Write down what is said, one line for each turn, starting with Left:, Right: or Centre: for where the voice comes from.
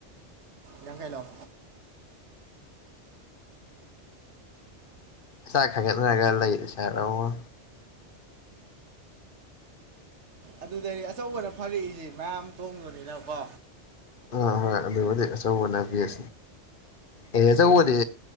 Right: ꯌꯥꯡꯈꯩ ꯂꯧ
Left: ꯏꯥꯛ ꯈꯥꯏꯒꯠꯅꯔꯒ ꯂꯩ ꯁꯤꯔ ꯑꯃ
Right: ꯑꯗꯨꯗꯗꯤ ꯑꯆꯧꯕꯅ ꯐꯔꯛꯏꯁꯤ ꯃꯌꯥꯝ ꯇꯣꯡꯗꯣꯏꯅꯤꯅꯀꯣ
Left: ꯑꯥ ꯍꯣꯏ ꯑꯗꯨꯕꯨꯗꯤ ꯑꯆꯧꯕꯅ ꯐꯩ ꯑꯦ ꯑꯆꯧꯕꯗꯤ